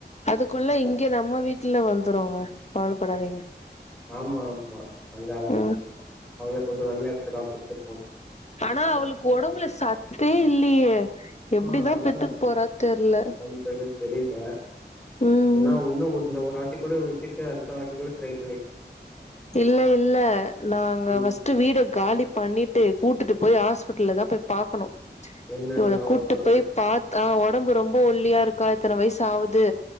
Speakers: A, on the left (about 40°); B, in the centre.
A: அதுக்குள்ள இங்க நம்ம வீட்ல வந்துருங்க கவலப்படாதீங்க
B: ஆமா ஆமா அதுக்காகதா
A: ம்
B: வெய்ட் பண்றோ அவள கொஞ்சோ நல்ல எடத்துக்கா கூட்டு போனு
A: ஆனா அவளுக் ஒடம்புல சத்தே இல்லியே எப்டிதா
B: ஆ அதுதான்
A: பெத்துக்க போறா தெர்ல
B: அது தெரில
A: ம்
B: எனா உன்னு ஒரு இந்த ஒரு வாட்டிகூட விட்டுட்டு அடுத்த வாட்டிகூட ட்ரைப்
A: இல்ல இல்ல நாங்க
B: ம்.
A: ஃபஸ்ட் ட்டு வீட காலி பண்ணிட்டு கூட்டுட்டு போய் ஹாஸ்பிட்டல்லதா போய் பாக் கனு
B: என்னன்னு
A: இவள
B: அவ
A: கூட்டு
B: உடம்பு.
A: போய் பாத் ஆ ஒடம்பு ரொம்ப ஒல்லியா இருக்கா இத்தன வய்சு ஆவுது